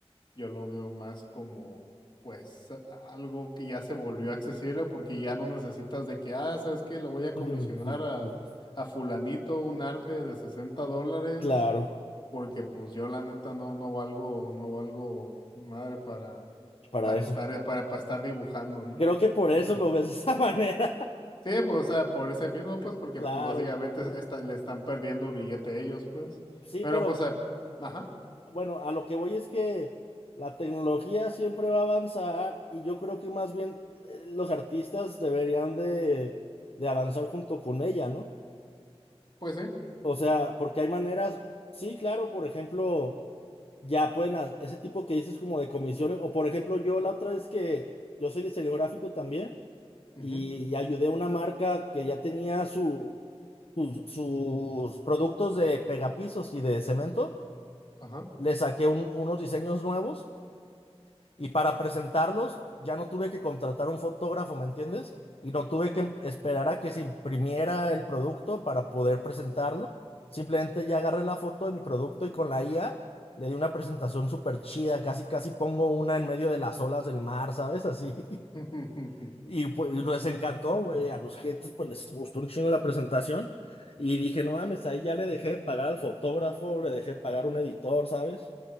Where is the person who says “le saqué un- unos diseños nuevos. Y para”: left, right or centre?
Left